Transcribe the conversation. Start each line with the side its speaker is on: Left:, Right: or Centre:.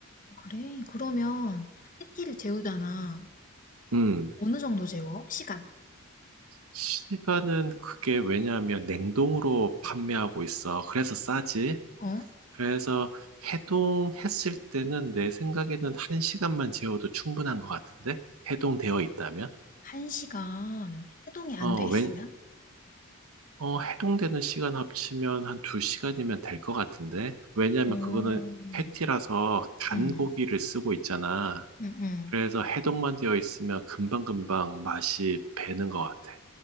Left: 어 그래. 그러면 패티를 재우잖아.
Right: 음.
Left: 어느 정도 재워? 시간?
Right: 시간은 그게 왜냐하면 냉동으로 판매하고 있어. 그래서 싸지.
Left: 어?
Right: 그래서 해동했을 때는 내 생각에는 한 시간만 재워도 충분한 것 같은데? 해동되어 있다면?
Left: 한 시간 해동이 안
Right: 어,
Left: 돼 있으면?
Right: 왜, 어, 해동되는 시간 합치면 한 두 시간이면 될 것 같은데? 왜냐면
Left: 음.
Right: 그거는 패티라서 간
Left: 음.
Right: 고기를 쓰고 있잖아.
Left: 음음.
Right: 그래서 해동만 되어 있으면 금방금방 맛이 배는 것 같아.